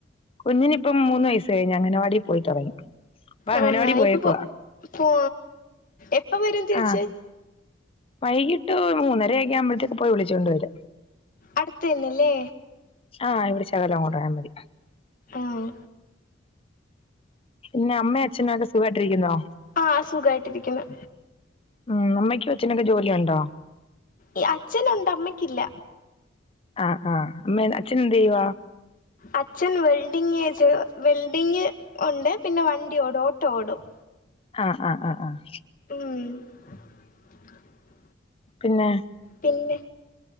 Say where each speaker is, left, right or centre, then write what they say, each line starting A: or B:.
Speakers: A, on the left; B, on the left.
A: കുഞ്ഞിനിപ്പം മൂന്ന് വയസ് കഴിഞ്ഞു അംഗനവാടി പോയി തുടങ്ങി അപ്പൊ
B: ആഹ്
A: അംഗനവാടി പോയേക്കുവാ
B: ഇപ്പൊ പോ എപ്പം വരും തിരിച്ച്
A: ആ വൈകിട്ട് മൂന്നര ഒക്കെ ആകുമ്പൊഴത്തേക്ക് പോയി വിളിച്ചുകൊണ്ട് വരും
B: അടുത്തന്നല്ലേ
A: ആഹ് ഇവിടെ ചകലം അങ്ങോട്ട് പോയാൽ മതി
B: ഉംഹ്
A: പിന്നെ അമ്മയും അച്ഛനും ഒക്കെ സുഖായിട്ടിരിക്കുന്നോ
B: ആഹ് സുഖായിട്ടിരിക്കുന്നു
A: ഉം അമ്മയ്ക്കും അച്ചനുവൊക്കെ ജോലിയുണ്ടോ
B: ഈ അച്ഛനുണ്ട് അമ്മയ്ക്കില്ല
A: ആഹ് ആഹ് അമ്മേ അച്ഛന് എന്ത് ചെയ്യുവാ
B: അച്ഛൻ വെൽഡിംഗ് വെൽഡിങ് ഉണ്ട് പിന്നെ വണ്ടിയോടും ഓട്ടോഓടും
A: ആഹ് ആഹ് ആഹ് ആഹ്
B: ഉം
A: പിന്നെ
B: പിന്നെ